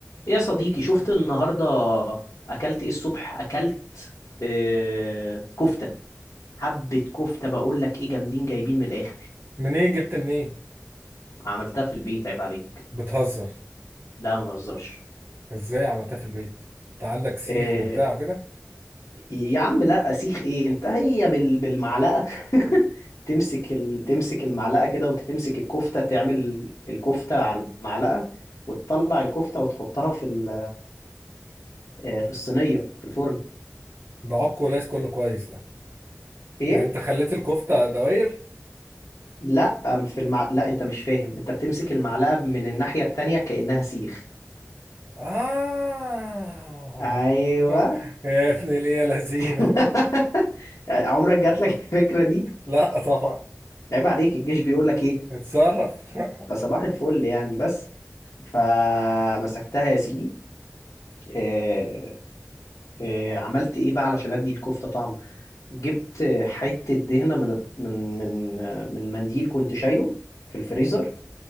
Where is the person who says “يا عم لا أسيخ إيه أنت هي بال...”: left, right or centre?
Left